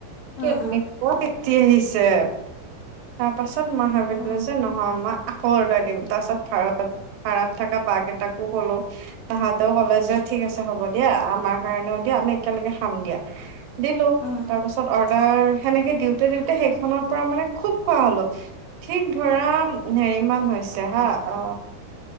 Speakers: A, on the left (about 85°); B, on the right (about 85°).
A: উম
B: কেনেকুৱা এটি আহিছে! তাৰ পাছত মই ভাবিলো
A: উম
B: যে নহয়, মা- আকৌ অৰ্ডাৰ দিম, তাৰ পাছত ভাড়াত ভাড়াত থকা বা কেইটাকো কলো- তাহাঁতেও ক'লে যে ঠিক আছে হ'ব দিয়া, আমাৰ কাৰণেও দিয়া আমি একেলগে খাম দিয়া। দিলো
A: উম উম
B: তাৰ পিছত অৰ্ডাৰ সেনেকে দিওঁতে দিওঁতে সেইখনৰ পৰা মানে খুব খোৱা হলো ঠিক ধৰা হেৰিমান হৈছে হা অ